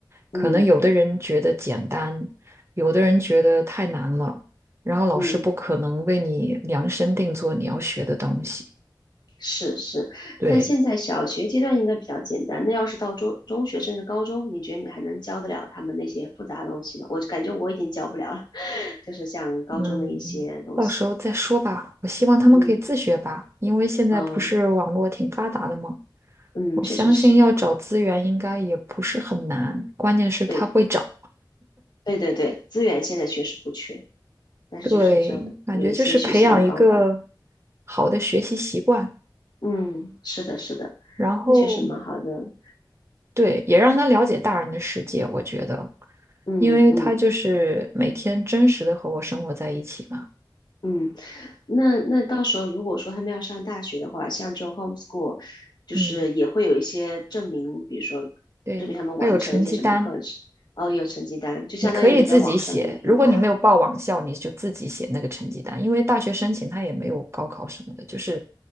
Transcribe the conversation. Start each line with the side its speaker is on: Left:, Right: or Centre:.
Right: 可能有的人觉得简单，
Left: 嗯
Right: 有的人觉得太难了，然后老师不可能为你量身定做你要学的东西。
Left: 嗯。是是，
Right: 对，
Left: 但现在小学阶段应该比较简单。那要是到中中学甚至高中，你觉得你还能教得了他们那些复杂的东西吗？我感觉我已经教不了了，<laughs> 就是像高中的一些东西。
Right: 嗯，到时候再说吧。我希望他们可以自学吧，
Left: 嗯
Right: 因为现在不是网络挺发达的吗？
Left: 嗯嗯，
Right: 我相信要找资源应该也不是很难，
Left: 确实是，
Right: 关键是他会找。
Left: 对对对对，资源现在确实不缺，但是就是要有一些学习的方法。
Right: 对，感觉就是培养一个好的学习习惯，
Left: 嗯，是的，是的，
Right: 然后
Left: 那确实蛮好的。
Right: 对，也让他了解大人的世界。我觉得，
Left: 嗯嗯
Right: 因为他就是每天真实的和我生活在一起嘛。
Left: 嗯。那那到时候如果说他们要上大学的话，像这种 homeschool，就是也会有一些证明，
Right: 嗯，
Left: 比如说证明他们完成一些什么课程，
Right: 对，还有成绩单。
Left: 哦，有成绩单，就相当于你在网上那个平台。
Right: 你可以自己写，如果你没有报网校，你就自己写那个成绩单，因为大学申请它也没有高考什么的，就是